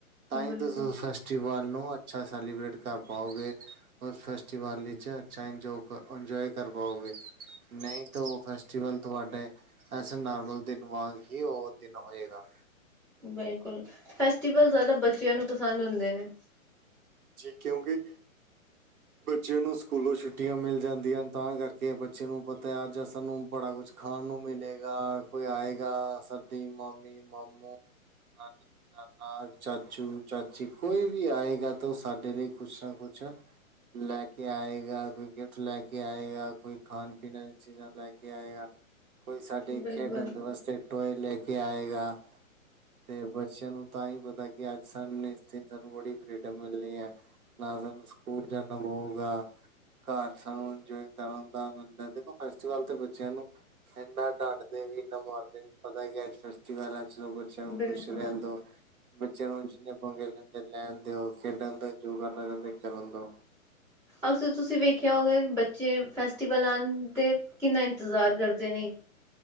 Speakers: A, on the right; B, in the centre.
A: ਤਾਂਹੀ
B: ਬਿਲਕੁਲ
A: ਤਾਂ ਫੈਸਟ ਫੈਸਟੀਵਲ ਨੂੰ ਅੱਛਾ ਸੈਲੀਬ੍ਰਟ ਕਰ ਪਾਓਗੇ ਉਸ ਫੈਸਟੀਵਲ ਵਿੱਚ। ਅੱਛਾ ਇੰਜੋ ਇੰਜੋਏ ਕਰ ਪਾਓਗੇ ਨਹੀਂ ਤਾਂ ਉਹ ਫੈਸਟੀਵਲ ਤੁਹਾਡੇ ਐਸੇ ਨੋਰਮਲ ਦਿਨ ਵਾਂਗ ਹੀ ਉਹ ਦਿਨ ਹੋਏਗਾ।
B: ਬਿਲਕੁਲ ਫੈਸਟੀਵਲ ਜ਼ਿਆਦਾ ਬੱਚਿਆਂ ਨੂੰ ਪਸੰਦ ਹੁੰਦੇ ਨੇ।
A: ਜੀ ਕਿਉਂਕਿ ਬੱਚਿਆਂ ਨੂੰ ਸਕੂਲੋਂ ਛੁੱਟੀਆਂ ਮਿਲ ਜਾਂਦੀਆਂ ਹਨ ਤਾਂ ਕਰਕੇ ਬੱਚੇ ਨੂੰ ਪਤਾ ਹੈ ਅੱਜ ਸਾਨੂੰ ਬੜਾ ਕੁਛ ਖਾਣ ਨੂੰ ਮਿਲੇਗਾ ਕੋਈ ਆਏਗਾ ਸਰਦੀ ਮਾਮੀ ਮਾਮੂ ਨਾਨੀ ਨਾਨਾ ਚਾਚੂ ਚਾਚੀ ਕੋਈ ਵੀ ਆਏਗਾ ਤਾਂ ਸਾਡੇ ਲਈ ਕੁਛ ਨਾ ਕੁਛ ਲੈ ਕੇ ਆਏਗਾ ਕੋਈ ਗਿਫਟ ਲੈ ਕੇ ਆਏਗਾ ਕੋਈ ਖਾਣ ਪੀਣ ਦੀ ਚੀਜ਼ਾਂ ਲੈ ਕੇ ਆਏਗਾ। ਕੋਈ ਸਾਡੇ
B: ਬਿਲਕੁਲ
A: ਖੇਡਾਂ ਦੇ ਵਾਸਤੇ ਟੋਏ ਲੈ ਕੇ ਆਏਗਾ। ਤੇ ਬੱਚਿਆਂ ਨੂੰ ਤਾਂ ਹੀ ਪਤਾ ਕੀ ਅੱਜ ਸਾਨ ਇਸ ਦਿਨ ਸਾਨੂੰ ਬੜੀ ਫ੍ਰੀਡਮ ਮਿਲਣੀ ਹੈ। ਨਾਨੂੰ ਸਕ ਸਕੂਲ ਜਾਨਾ ਹੋਗਾ। ਘਰ ਸਾਨੂੰ ਇੰਜੋਏ ਕਰਨ ਦਾ ਮਿਲਦਾ ਦੇਖੋ ਫੈਸਟੀਵਲ ਤੇ ਬੱਚਿਆਂ ਨੂੰ ਇੰਨਾ ਡੰਡਦੇ ਵੀ ਇੰਨਾ ਮਾਰਦੇ ਵੀ ਪਤਾ ਕੀ ਫੈਸਟੀਵਲ ੱਚੋਂ ਬੱਚਿਆਂ ਨੂੰ
B: ਬਿਲਕੁਲ
A: ਖੁਸ਼ ਰਹਿੰਦਾ। ਬੱਚਿਆਂ ਨੂੰ ਜਿੰਨੇ ਬਗੇ ਲੈਂਦੇ ਲੈਣ ਦਿਓ ਖੇਡਣ ਤੋਂ ਜੋ ਕਰਨਾ ਚਾਹੁੰਦੇ ਕਰਨ ਦਿ
B: ਅਕਸਰ ਤੁਸੀਂ ਵੇਖਿਆ ਅ ਬੱਚੇ ਫੈਸਟੀਵਲ ਆ ਦੇ ਕਿੰਨਾ ਇੰਤਜ਼ਾਰ ਕਰਦੇ ਨੇ।